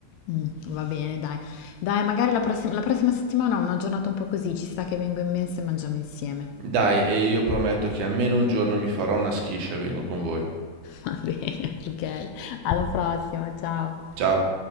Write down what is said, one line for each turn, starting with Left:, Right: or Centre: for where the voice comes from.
Left: Mm, va bene, dai. Dai, magari la prossima, la prossima settimana ho una giornata un po' così, ci sta che vengo in mensa e mangiamo insieme.
Right: Dai, e io prometto che almeno un giorno mi farò una schiscia e vengo con voi.
Left: Va bene, ok. Alla prossima, ciao.
Right: Ciao.